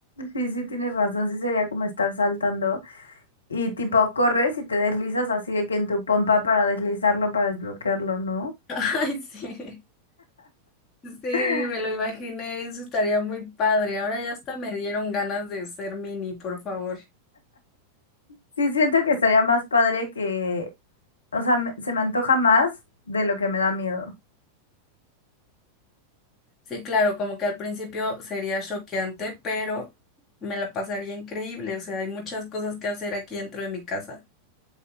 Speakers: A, on the left (about 70°); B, on the left (about 25°).
A: Sí, sí, tienes razón, sí sería como estar saltando y tipo corres y te deslizas así de que en tu pompa para deslizarlo, para desbloquearlo, ¿no?
B: Ay, sí. Sí,
A: <laughs>
B: me lo imaginé, eso estaría muy padre. Ahora ya hasta me dieron ganas de ser mini, por favor.
A: Sí, siento que estaría más padre que, o sea, me- se me antoja más de lo que me da miedo.
B: Sí, claro, como que al principio sería choqueante, pero me la pasaría increíble. O sea, hay muchas cosas que hacer aquí dentro de mi casa.